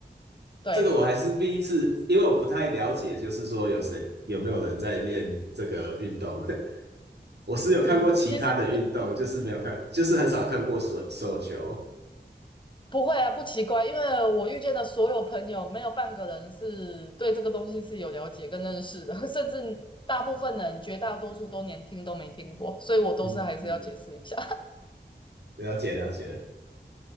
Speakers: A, on the left (about 25°); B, on the right (about 70°).
A: 对，
B: 这个我还是第一次，因为我不太了解，就是说有谁有没有人在练这个运动。<laughs> 我是有看过其他的运动，
A: <laughs> 其实
B: 就是没有看，就是很少看过手手球。
A: 不会啊，不奇怪，因为我遇见的所有朋友，没有半个人是对这个东西是有了解跟认识的，<laughs> 甚至大部分人，绝大多数都连听都没听过，所以我都是还是要解释一下，
B: 嗯嗯，了解了解。